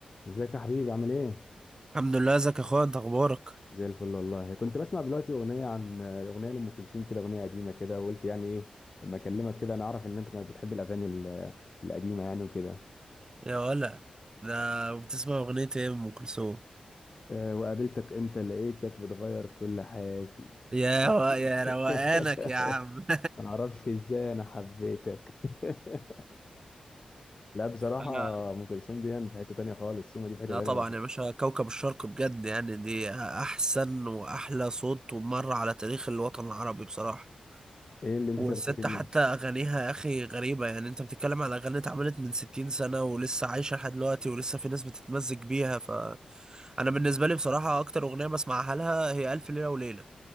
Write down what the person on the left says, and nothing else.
ازيك يا حبيبي عامل ايه؟
زي الفل والله كنت بسمع دلوقتي اغنيه عن اغنيه لام كلثوم كده اغنيه قديمه كده وقلت يعني ايه اما اكلمك كده انا اعرف ان انت كنت بتحب الاغاني ال- القديمه يعني وكده
أه وقابلتك انت لقيتك بتغير كل حياتي
معرفش
<laughs>
معرفش ازاي انا حبيتك <laughs> لا بصراحه
ام كلثوم دي يعني في حته تانيه خالص سومه دي في حته
تانيه
لوحدها
ايه اللي انت
كده بتحب مين؟